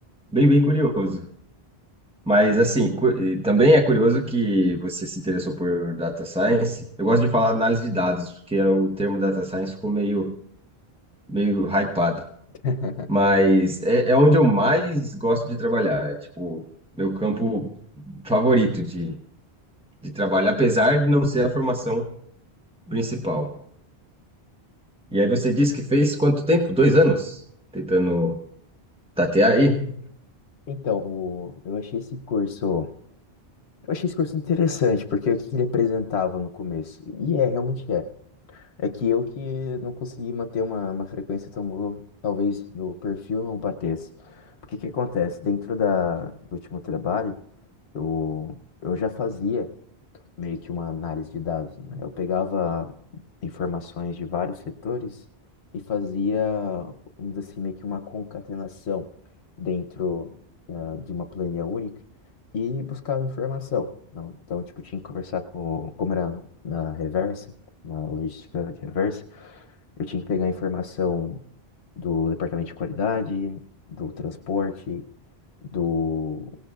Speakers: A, in the centre; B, on the left.
A: Bem, bem curioso. Mas, assim, cu- e também é curioso que você se interessou por data science. Eu gosto de falar análise de dados, porque é o termo data science ficou meio, meio hypado.
B: <laughs>
A: Mas é, é onde eu mais gosto de trabalhar. É, tipo, meu campo favorito de, de trabalho, apesar de não ser a formação principal. E aí você disse que fez quanto tempo? Dois anos? Tentando tatear aí?
B: Então, o- eu achei esse curso. Eu achei esse curso interessante, porque o que que ele apresentava no começo? E é, realmente é. É que eu que não consegui manter uma, uma frequência tão boa, talvez no perfil não batesse. Porque o que acontece? Dentro da, do último trabalho, eu, eu já fazia meio que uma análise de dados, né? Eu pegava informações de vários setores e fazia, vamos dizer assim, meio que uma concatenação dentro, eh, de uma planilha única e buscava informação. Não, então, tipo, tinha que conversar com, como era na reversa, na logística de reversa, eu tinha que pegar a informação do departamento de qualidade, do transporte, do,